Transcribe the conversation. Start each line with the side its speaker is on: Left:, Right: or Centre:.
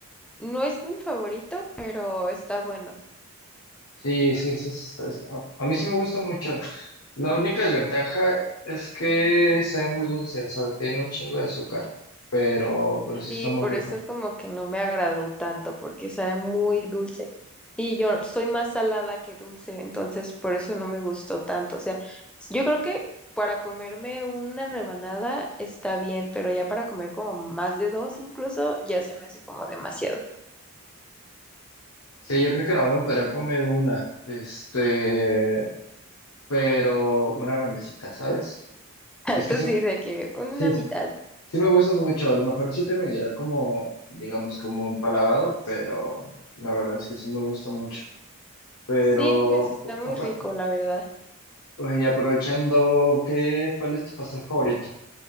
Centre: no es mi favorito, pero está bueno.
Left: Sí, sí, ese, ese está- a a mí sí me gusta mucho. La única desventaja es que sabe muy dulce, o sea, tiene un chingo de azúcar, pero, pero sí
Centre: Sí,
Left: está muy
Centre: por
Left: rico.
Centre: eso como que no me agradó tanto, porque sabe muy dulce. Y yo soy más salada que dulce, entonces por eso no me gustó tanto. O sea, yo creo que para comerme una rebanada está bien, pero ya para comer como más de dos incluso, ya se me hace como demasiado.
Left: Sí, yo creo que nada más me podría comer una, este, pero una grandecita, ¿sabes?
Centre: <laughs>
Left: Es que
Centre: Tú
Left: sí,
Centre: sí, de que una
Left: sí,
Centre: mitad.
Left: sí me gusta mucho, a lo mejor sí terminaría como, digamos, como empalagado, pero la verdad es que sí me gusta mucho. Pero,
Centre: Sí, pues está muy
Left: ojo,
Centre: rico, la verdad.
Left: y aprovechando, ¿qué, cuál es tu pastel favorito?